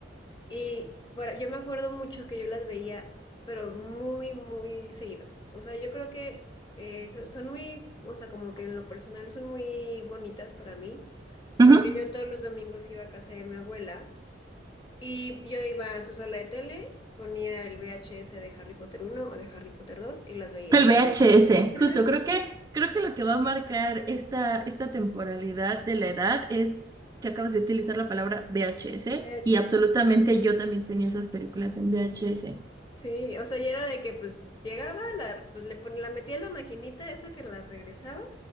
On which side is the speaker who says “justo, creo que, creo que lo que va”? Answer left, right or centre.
Right